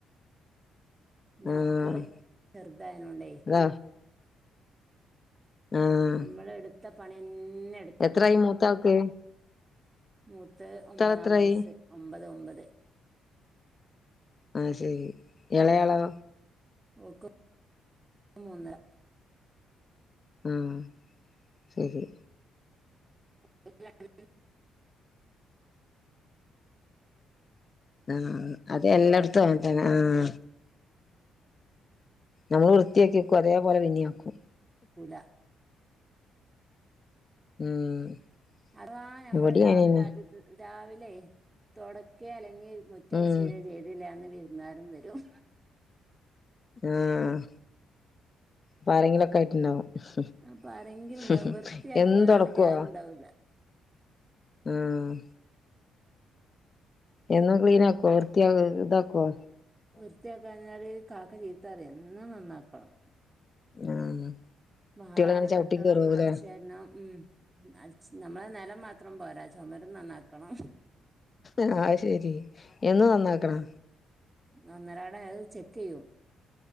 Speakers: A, on the right (about 20°); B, on the left (about 35°).
A: ന്നെ
B: ആഹ്
A: മക്കള് ചെറുതായനോണ്ടേ
B: അതാ ആഹ്
A: നമ്മളെടുത്ത പണിയെന്നെ എടു
B: എത്രായി മൂത്താൾക്ക്‌?
A: മൂത്തത് ഒമ്പതാം
B: എത്രായി
A: വയസ്സ്, ഒമ്പത് ഒമ്പത്
B: അഅ് ശരി. എളയാളോ?
A: ഓക്ക് <unintelligible> ‌ മൂന്നര
B: ഊം ശരി.
A: <unintelligible>
B: ഊം. അത് എല്ലട്ത്തും അങ്ങൻതന്നെ ആഹ് നമ്മള് വൃത്തിയാക്കി വെക്കും, അതേ പോലെ പിന്നിം ആക്കും.
A: ഇല്ല
B: ഉം
A: അഥവാ ഞമ്മള്
B: ഇവിടേം
A: രാവിലെ
B: അങ്ങനെന്നെ
A: ആദ്യത്ത് രാവിലെ, തൊടക്കെ അല്ലെങ്കി മുറ്റട്ച്ചേരെ
B: ഉം
A: ചെയ്തില്ല അന്ന് വിര്ന്നാരും വെരും.
B: ആഹ് അപ്പാരെങ്കിലൊക്കായിട്ട്ണ്ടാവും. ഹ്മ്,
A: അപ്പൊ ആരെങ്കിലും ഉണ്ടാവും
B: ഹ്മ്
A: വൃത്തിയാക്കിയാലാണെങ്കി
B: എന്നും തൊടക്കൊ?
A: ആരും ഉണ്ടാവൂല്ല
B: ഏഹ് എന്നും ക്ലീനാക്കോ, വൃത്തിയാ ഇതാക്കോ?
A: വൃത്തിയാക്കാഞ്ഞാല് കാക്ക ചീത്തറിം, എന്നും നന്നാക്കണം.
B: ആഹ്
A: മാറാല
B: കുട്ടികളിങ്ങനെ ചവിട്ടി
A: തട്ടണം,
B: കേറുവോല്ലേ
A: അടിച്ചേര്ണം ഉം. അടിച്ച് നമ്മളെ നെലം മാത്രം പോരാ, ചൊമരും നന്നാക്കണം.
B: ആഹ് അത്ശരി, എന്നും നന്നാക്കണാ?
A: ഒന്നരാട അഅ് ചെക്കെയ്യും.